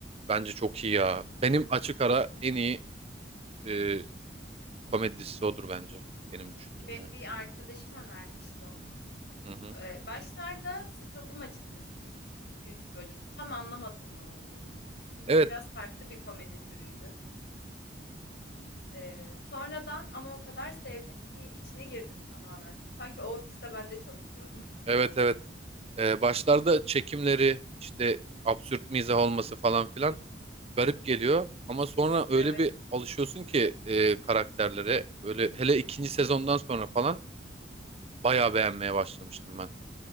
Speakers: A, on the right; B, on the left.
A: Bence çok iyi ya. Benim açık ara en iyi e, komedi dizisi odur bence. Benim düşündüğüm
B: Benim
A: yani.
B: bir arkadaşım önermişti onu.
A: Hı hı.
B: Ee, başlarda sıkıldım açıkçası ilk iki üç bölüm. Tam anlamadım ne olduğunu. Çünkü
A: Evet,
B: biraz farklı bir komedi türüydü. Ee, sonradan ama o kadar sevdim ki içine girdim tamamen. Sanki o ofiste ben de çalışıyordum. <laughs>
A: evet, evet. Ee, başlarda çekimleri işte absürt mizah olması falan filan garip geliyor ama sonra öyle
B: Evet,
A: bir alışıyorsun ki e, karakterlere böyle hele ikinci sezondan sonra falan bayağı beğenmeye başlamıştım ben.